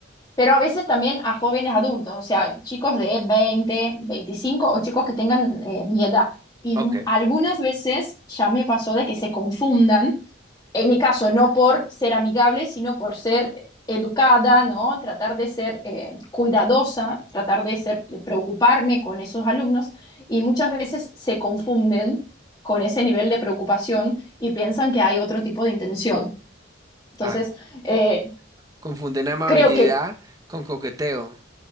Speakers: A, on the left (about 20°); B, on the right (about 20°).
A: pero a veces también a jóvenes adultos, o sea, chicos de 20 25 o chicos que tengan eh, mi edad. Y
B: ok.
A: m- algunas veces ya me pasó de que se confundan, en mi caso no por ser amigable, sino por ser educada, ¿no? Tratar de ser eh, cuidadosa, tratar de ser, de preocuparme con esos alumnos y muchas veces se confunden con ese nivel de preocupación y piensan que hay otro tipo de intención. Entonces,
B: Ah,
A: eh,
B: confunden amabilidad
A: creo que
B: con coqueteo.